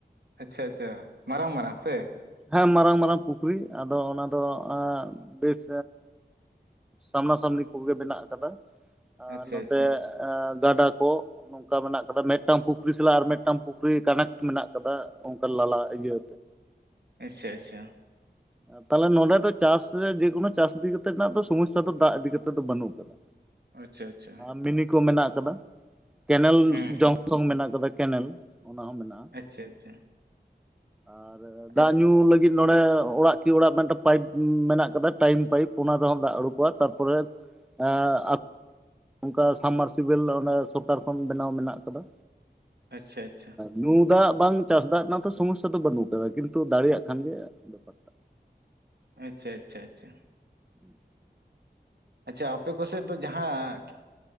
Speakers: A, on the right; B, in the centre.
A: ᱟᱪᱪᱷᱟ ᱟᱪᱪᱷᱟ ᱢᱟᱨᱟᱝ ᱢᱟᱨᱟᱝ ᱥᱮ
B: ᱦᱮᱸ ᱢᱟᱨᱟᱝ ᱢᱟᱨᱟᱝ ᱯᱩᱠᱷᱨᱤ ᱟᱫᱚ ᱚᱱᱟ ᱫᱚ ᱵᱮᱥ ᱥᱟᱢᱱᱟ ᱥᱟᱢᱱᱤ ᱠᱚᱜᱮ ᱢᱮᱱᱟᱜ ᱟᱠᱟᱫᱟ ᱟᱨ
A: ᱟᱪᱪᱷᱟ
B: ᱱᱚᱛᱮ
A: ᱟᱪᱪᱷᱟ
B: ᱜᱟᱰᱟ ᱠᱚ ᱱᱚᱝᱠᱟ ᱢᱮᱱᱟᱜ ᱟᱠᱟᱫᱟ ᱢᱤᱫᱴᱟᱝ ᱯᱩᱠᱷᱨᱤ ᱥᱟᱞᱟᱜ ᱟᱨ ᱢᱤᱫᱴᱟᱝ ᱯᱩᱠᱷᱨᱤ ᱠᱟᱱᱮᱠᱴ ᱢᱮᱱᱟᱜ ᱟᱠᱟᱫᱟ ᱚᱱᱠᱟ ᱱᱟᱞᱟ ᱤᱭᱟᱹ
A: ᱟᱪᱪᱷᱟ ᱟᱪᱪᱷᱟ᱾
B: <inaudible> ᱛᱟᱦᱚᱞᱮ ᱱᱚᱰᱮ ᱫᱚ ᱪᱟᱥ ᱨᱮ ᱡᱮᱠᱳᱱᱳ ᱪᱟᱥ ᱤᱫᱤ ᱠᱟᱛᱮᱜ ᱨᱮᱱᱟᱜ ᱫᱚ ᱥᱚᱢᱚᱥᱥᱟ ᱫᱚ ᱫᱟᱜ ᱤᱫᱤᱠᱟ ᱠᱟᱛᱮᱜ ᱫᱚ ᱵᱟᱹᱱᱩᱜ ᱟᱠᱟᱫᱟ᱾
A: ᱟᱪᱪᱷᱟ ᱟᱪᱪᱷᱟ
B: ᱟᱨ ᱢᱤᱱᱤ ᱠᱚ ᱢᱮᱱᱟᱜ ᱟᱠᱟᱫᱟ, ᱠᱮᱱᱮᱞ
A: ᱦᱮᱸ ᱦᱮᱸ
B: ᱡᱚᱝ ᱥᱚᱝ ᱢᱮᱱᱟᱜ ᱠᱟᱫᱟ᱾ ᱠᱮᱱᱮᱞ ᱚᱱᱟ ᱦᱚᱸ ᱢᱮᱱᱟᱜᱼᱟ᱾
A: ᱟᱪᱪᱷᱟ ᱟᱪᱪᱷᱟ
B: ᱟᱨ
A: ᱟᱪᱪᱷᱟ
B: ᱫᱟᱜ ᱧᱩ ᱞᱟᱹᱜᱤᱫ, ᱱᱚᱰᱮ ᱚᱲᱟᱜ ᱠᱤ ᱚᱲᱟᱜ ᱢᱤᱫᱴᱟᱝ ᱯᱟᱭᱤᱯ ᱢᱮᱱᱟᱜ ᱠᱟᱫᱟ᱾ ᱴᱟᱭᱤᱢ ᱯᱟᱭᱤᱯ ᱚᱱᱟ ᱨᱮᱦᱚᱸ ᱫᱟᱜ ᱩᱰᱩᱠᱚᱜᱼᱟ᱾ ᱛᱟᱯᱚᱨᱮ ᱮᱜ ᱟᱠ ᱱᱚᱱᱠᱟ ᱥᱟᱵᱢᱟᱨᱥᱤᱵᱮᱞ ᱚᱱᱟ ᱥᱚᱨᱠᱟᱨ ᱠᱷᱚᱱ ᱵᱮᱱᱟᱣ ᱢᱮᱱᱟᱜ ᱟᱠᱟᱫᱟ᱾
A: ᱟᱪᱪᱷᱟ ᱟᱪᱪᱷᱟ᱾
B: ᱧᱩ ᱫᱟᱜ ᱵᱟᱝ ᱪᱟᱥ ᱫᱟᱜ ᱨᱮᱱᱟᱜ ᱫᱚ ᱥᱚᱢᱚᱥᱥᱟ ᱫᱚ ᱵᱟᱹᱱᱩᱜ ᱟᱠᱟᱫᱟ᱾ ᱠᱤᱱᱛᱩ ᱫᱟᱲᱮᱭᱟᱜ ᱠᱷᱟᱱ ᱜᱮ ᱵᱮᱯᱟᱨ ᱴᱟᱜ᱾
A: ᱟᱪᱪᱷᱟ ᱟᱪᱪᱷᱟ ᱟᱪᱪᱷᱟ᱾
B: ᱦᱮᱸ᱾
A: ᱟᱪᱪᱷᱟ ᱟᱯᱮ ᱠᱚᱥᱮᱫ ᱫᱚ ᱡᱟᱦᱟᱸ